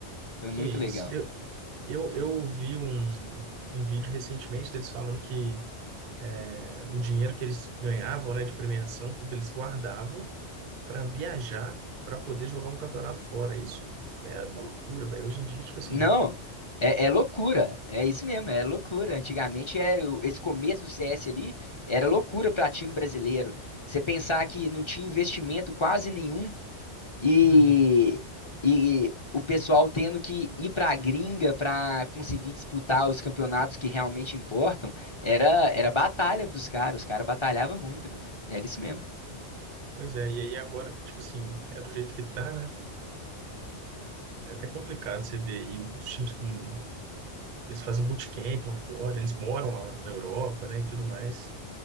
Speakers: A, on the left; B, on the right.
A: Foi muito
B: Que isso.
A: legal.
B: Eu, eu vi um, um vídeo recentemente deles falando que é, o dinheiro que eles ganhavam, né, de premiação, tudo eles guardavam para viajar, para poder jogar um campeonato fora. Isso é uma loucura, velho. Hoje em dia, tipo assim,
A: Não, é, é loucura. É isso mesmo, é loucura. Antigamente, é, o- esse começo do CS ali era loucura para time brasileiro. Você pensar que não tinha investimento quase nenhum e,
B: uhum.
A: e o pessoal tendo que ir para a gringa para conseguir disputar os campeonatos que realmente importam, era, era batalha dos caras, os caras batalhavam muito, velho. Era isso mesmo.
B: Pois é, e aí agora, tipo assim, é do jeito que tá, né? É até complicado você ver aí os times com. Eles fazem bootcamp lá fora, eles moram lá na Europa, né, e tudo mais,